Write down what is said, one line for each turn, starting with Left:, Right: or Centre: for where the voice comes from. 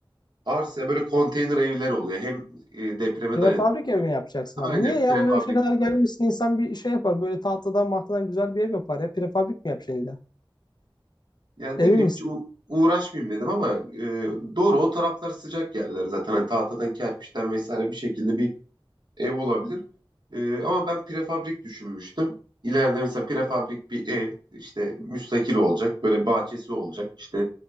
Right: arsa böyle konteyner evler oluyor. Hem e, depreme
Left: Prefabrik
Right: dayanıklı.
Left: ev mi yapacaksın abi?
Right: Aynen
Left: Niye ya?
Right: prefabrik
Left: O yaşa kadar gelmişsin insan bir şey yapar. Böyle tahtadan mahtadan güzel bir ev yapar ya. Prefabrik mi yapacaksın illa?
Right: Yani
Left: Emin
Right: ne bileyim
Left: misin?
Right: hiç u- uğraşmayayım dedim ama e, doğru o taraflar sıcak yerler zaten. Hani tahtadan, kerpiçten vesaire bir şekilde bir ev olabilir. E, ama ben prefabrik düşünmüştüm. İleride mesela prefabrik bir ev işte müstakil olacak. Böyle bahçesi olacak. İşte